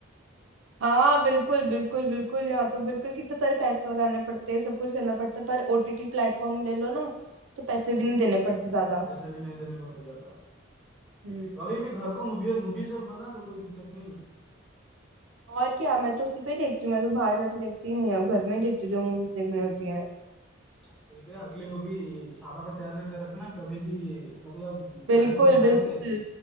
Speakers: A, on the right; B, in the centre.
A: हाँ बिल्कुल बिल्कुल बिल्कुल यहाँ तो बिल्कुल कितने सारे पैसे लगाने पड़ते हैं सब कुछ करना पड़ता है पर ओटीटी प्लेटफॉर्म ले लो ना तो पैसे भी नहीं देने पड़ते ज्यादा
B: ऐसे भी नहीं देने पड़ते ज्यादा
A: हम्म
B: कभी भी घर को मूवी मूवी चल बना दो कोई दिक्कत नहीं है
A: और क्या मैं तो उसी पे देखती हूँ मैं तो बाहर जाके देखती ही नहीं हूँ अब घर में ही देखती हूँ जो मूवीज देखनी होती हैं
B: ठीक है अगली मूवी छापा का तैयार करके रखना कभी भी मतलब
A: बिल्कुल
B: प्लानिंग बनाएंगे
A: बिल्कुल